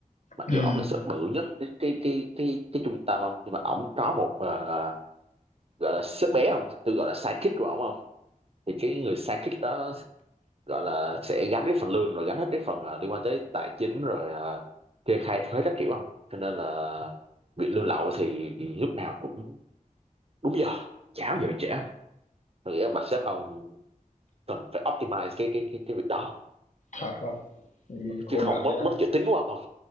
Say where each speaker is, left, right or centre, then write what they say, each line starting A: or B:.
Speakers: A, on the right (about 45°); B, on the left (about 60°).
A: mặc
B: ừm,
A: dù ông là sếp bự nhất cái cái cái cái, cái trung tâm không nhưng mà ông có một ờ, gọi là sếp bé không tôi gọi là sidekick của ông không thì cái người sidekick đó gọi là sẽ gánh cái phần lương rồi gánh hết cái phần ờ, liên quan tới tài chính rồi ờ, kê khai thuế các kiểu không cho nên là bị lương lậu thì lúc nào cũng đúng giờ chả bao giờ bị trễ không Tôi nghĩ là bà sếp ông cần phải optimize cái cái cái cái việc đó không?
B: thật không, Mình
A: chứ,
B: khổ
A: chứ không
B: đời
A: mất
B: đấy.
A: mất chữ tín quá không